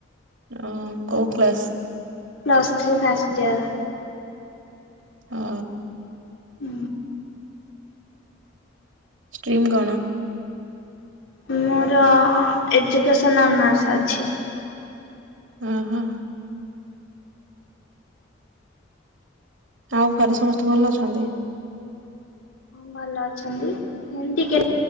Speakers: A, on the right; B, on the left.
A: ଓ କୋଉ class?
B: Plus three first year.
A: ହଁ।
B: ହୁଁ।
A: ଷ୍ଟ୍ରିମ୍ କଣ?
B: ମୋର ଏଜୁକେସନ୍ ଅନର୍ସ ଅଛି।
A: ଓ ହୋ। ଆଉ ଘରେ ସମସ୍ତେ ଭଲ ଅଛନ୍ତି?
B: ଭଲ ଅଛନ୍ତି। ଏମିତି କେ